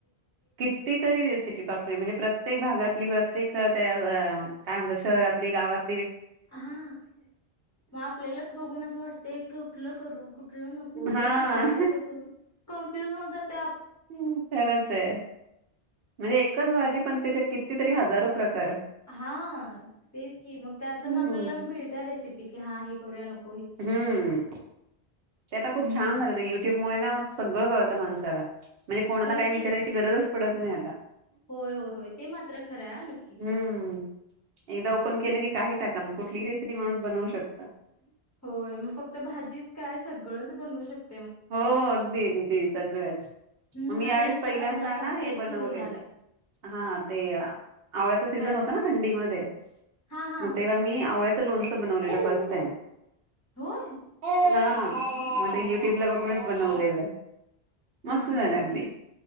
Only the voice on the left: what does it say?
हा मग आपल्यालाच बघून असं वाटतय कुठलं करू नको
हे करू का ते करू कन्फ्युज होऊन जाते.
हा तेच मग त्यातून
आपल्याला मिळत रेसिपी की हा होऱ्या <unintelligible>
हं.
होय
की.
होय होय होय ते मात्र खरंय नक्की
होय मग फक्त भाजीच काय सगळंच बनवू शकत
हं,
आता
पण
तेच
सुरू झालंय.
काय
बनव
हां, हां.
होय?
हा
हा हा